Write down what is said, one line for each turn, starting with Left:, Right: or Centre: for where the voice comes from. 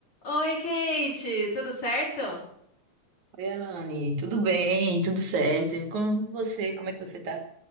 Left: Oi, Kate, tudo certo?
Right: Oi, Alane, tudo bem? Tudo certo? E como você? Como é que você tá?